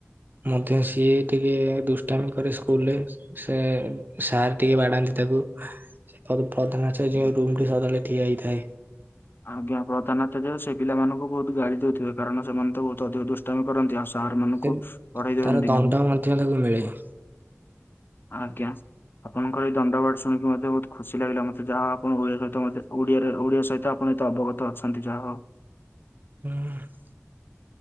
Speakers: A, on the right; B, on the left.
A: ମଧ୍ୟ ସିଏ ଟିକେ ଦୁଷ୍ଟାମି କରେ ସ୍କୁଲରେ। ସେ ସାର୍ ଟିକେ ବାଡାନ୍ତି ତାକୁ। ସେକରେ ପ୍ରଧାନ ଆଚ଼ର୍ଯ୍ୟ ରୁମ୍ ସଦାବେଳେ ଠିଆ ହେଇଥାଏ।
B: ଆଜ୍ଞା, ପ୍ରଧାନ ଆଚାର୍ଯ୍ୟ ସେ ପିଲାମାନଙ୍କୁ ବହୁତ୍ ଗାଳି ଦେଉଥିବେ। କାରଣ ସେମାନେ ତ ବହୁତ ଅଧିକ ଦୁଷ୍ଟମି କରନ୍ତି। ଆସ୍ ତାର୍ ମାନଙ୍କୁ
A: ସେ
B: ପଢେଇ ଦିଅନ୍ତି
A: ତାର ଦଣ୍ଡ
B: ନାହିଁ।
A: ମଧ୍ୟ ତାକୁ ଭୁଲ୍ ଲାଗେ।
B: ଆଜ୍ଞା। ଆପଣଙ୍କର ଏଇ ଦଣ୍ଡା ୱାର୍ଡ ଶୁଣିକି ମତେ ବହୁତ ଖୁସି ଲାଗିଲା। ମତେ ଯାହା ଆପଣ ଓଳିଆ କଥା, ମତେ ଓଡିଆ ରେ ଓଡିଆ ସହିତ। ଆପଣ ତ ଅବଗତ ଅଛନ୍ତି, ଯାହାହଉ।
A: <inaudible>